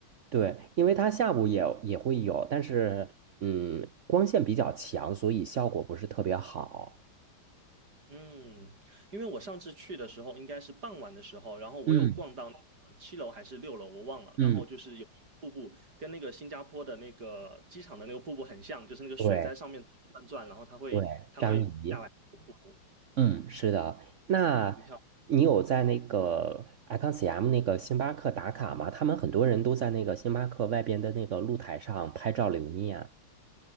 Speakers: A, on the right; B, on the right.
A: 对，因为它下午也也会有，但是嗯，光线比较强，所以效果不是特别好。
B: 嗯，因为我上次去的时候应该是傍晚的时候，然后我有逛到那个七楼还是六楼，
A: 嗯
B: 我忘了。
A: 嗯，
B: 然后就是有瀑布，跟那个新加坡的那个机场的那个瀑布很像，就是那个水在上面转转，
A: 对
B: 然后它会它会下来瀑布，
A: 对，张仪，嗯，是的。那你有在那个
B: 很漂亮。对，
A: ICONCM 那个星巴克打卡吗？他们很多人都在那个星巴克外边的那个露台上拍照留念。